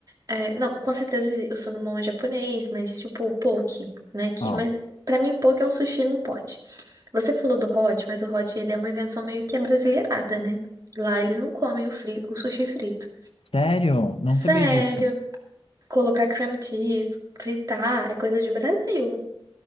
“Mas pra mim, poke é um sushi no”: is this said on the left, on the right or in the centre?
Right